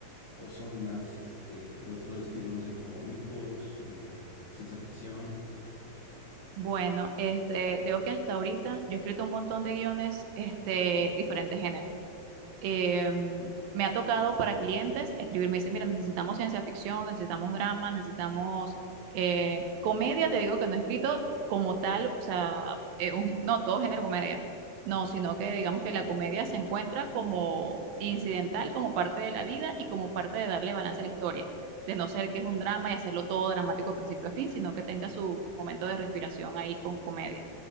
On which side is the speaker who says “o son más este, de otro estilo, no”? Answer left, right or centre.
Left